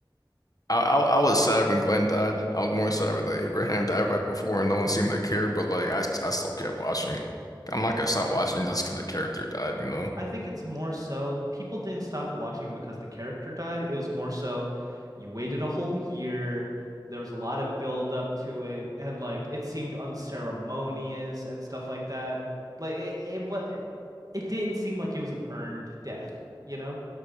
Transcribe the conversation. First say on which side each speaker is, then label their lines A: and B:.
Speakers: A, on the left (about 45°); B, on the right (about 45°).
A: I, I I was sad when Glenn died. I was more sad when the Abraham died right before, and no one seemed to care. But like I I still kept watching. I'm not gonna stop watching just because the character died, you know.
B: I think it's more so people didn't stop watching because the character died. It was more so you waited a whole year. There was a lot of build up to it, and like it seemed unceremonious and stuff like that. Like it, it was, it didn't seem like it was an earned death, you know?